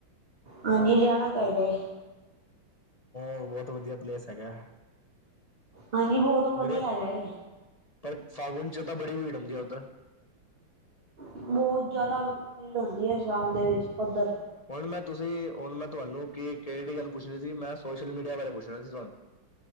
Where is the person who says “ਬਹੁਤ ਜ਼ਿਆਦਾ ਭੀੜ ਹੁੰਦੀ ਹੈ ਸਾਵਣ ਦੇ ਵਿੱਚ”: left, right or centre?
Right